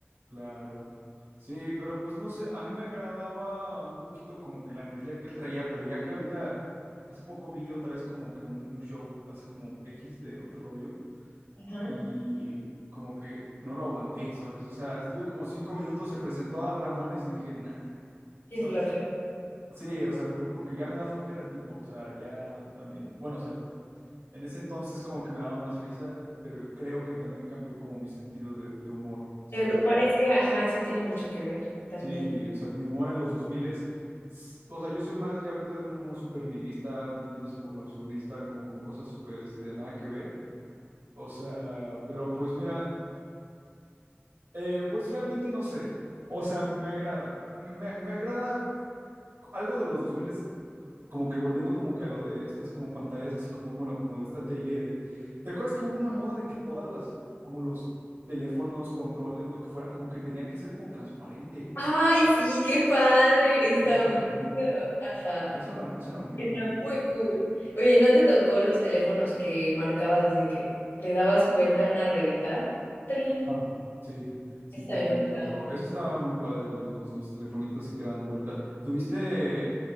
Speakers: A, on the right; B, on the left.
A: claro. Sí, pero pues no sé, a mí me agradaba un poquito como que la energía que él traía, pero ya que ahorita, hace poco vi otra vez como que un, un show así como X de otro rollo.
B: Ajá.
A: y como que no lo aguanté, ¿sabes? O sea, estuve como cinco minutos, se presentó a Dal Ramones y dije, nah,
B: Qué
A: ¿sabes?
B: flojera.
A: Sí, o sea, pero porque ya me da flojera el tipo, o sea, ya también, bueno, o sea, en ese entonces como que me daba más risa, pero creo que también cambió como mi sentido de, de humor, ¿sabes?
B: El humor, es que, ajá, eso tiene mucho que ver también.
A: Sí, o sea, mi humor en los 2000 es, o sea, yo soy más ya ahorita de un humor súper nihilista, yéndose por lo absurdista, como con cosas súper, este, nada que ver. O sea, pero pues mira, Eh, pues realmente no sé. O sea, me agrada. Me, me- me agrada algo de los 2000, como que volviendo como que a lo de estas como pantallas, así como, bueno, como de esta tele de... ¿Te acuerdas que hubo una moda de que todas las, como los teléfonos, controles, lo que fuera, como que tenía que ser como transparente?
B: Ay, sí, qué padre. Eso estaba
A: Eso era
B: muy chido.
A: cool.
B: Ajá.
A: Eso era, eso era muy
B: Está
A: cool.
B: muy cool. Oye, ¿y no te tocó los teléfonos que marcabas así de que le dabas vuelta a una ruedita? Trin.
A: Ah, sí, sí,
B: Eso
A: también
B: también me
A: me
B: gustaba
A: tocó.
B: mucho.
A: Eso estaba muy padre, los, los, los telefonitos sí que daban vuelta. ¿Tuviste